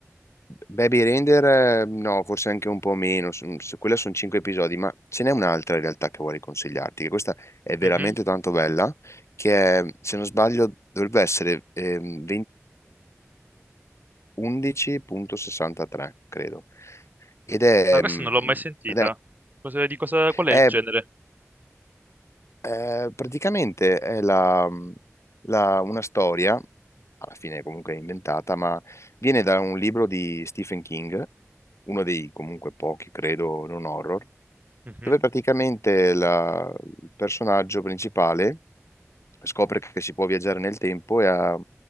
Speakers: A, on the left; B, on the right.
A: Baby Render, eh, no, forse anche un po' meno, s- s- quella sono cinque episodi, ma ce n'è un'altra in realtà che vorrei consigliarti, che questa è veramente
B: Mhm.
A: tanto bella, che è, se non sbaglio dovrebbe essere ehm, 22.11.63, credo. Ed è,
B: Ah, questa
A: mm,
B: non l'ho mai sentita.
A: ed è-
B: Cosa- di cosa, qual è
A: è
B: il genere?
A: Eh, praticamente è la- mhmm, la- una storia, alla fine comunque inventata, ma viene da un libro di Stephen King, uno dei comunque pochi, credo, non horror,
B: Mhm.
A: dove praticamente la- il personaggio principale scopre che si può viaggiare nel tempo e ha